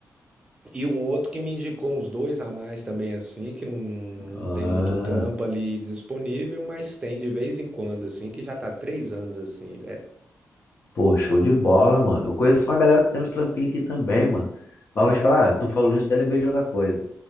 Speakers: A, on the right; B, on the left.
A: e um outro que me indicou uns dois a mais também assim, que não, não
B: ah,
A: tem muito trampo ali disponível, mas tem de vez em quando, assim, que já tá três anos assim, é.
B: pô, show de bola, mano. Eu conheço uma galera que tem uns trampinhos aqui também, mano. Mas vou te falar, ah, tu falou isso, eu lembrei de outra coisa.